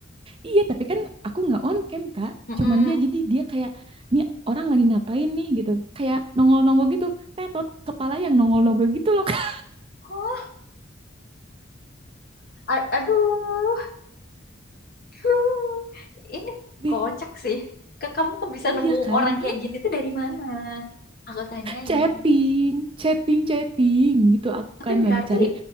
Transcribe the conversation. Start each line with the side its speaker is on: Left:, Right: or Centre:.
Right: iya tapi kan aku nggak on cam kak
Left: Mm-mm.
Right: cuman dia jadi dia kayak nih orang lagi ngapain nih gitu kayak nongol-nongol gitu tetot kepala yang nongol-nongol gitu loh kak
Left: Oh, A- aduh, <laughs> huh, ini
Right: di
Left: kocak sih. Ke kamu kok bisa
Right: iya
Left: nemu
Right: kan
Left: orang kayak
Right: kak
Left: gini tuh dari mana? Aku tanyain.
Right: chatting chatting chatting gitu aku
Left: Tapi
Right: kan
Left: berarti
Right: lagi cari